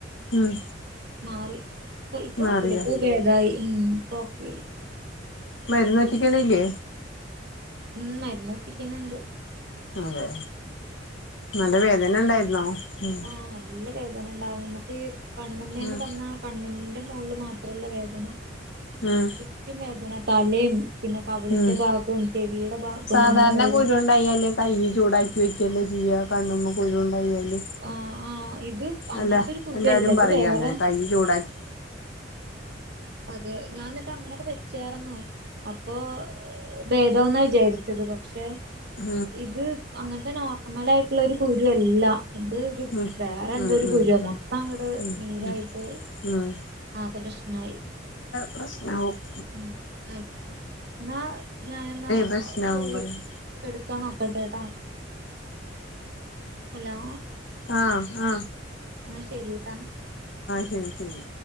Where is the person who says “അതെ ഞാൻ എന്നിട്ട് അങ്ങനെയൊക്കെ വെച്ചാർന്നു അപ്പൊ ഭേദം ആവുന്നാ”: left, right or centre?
Right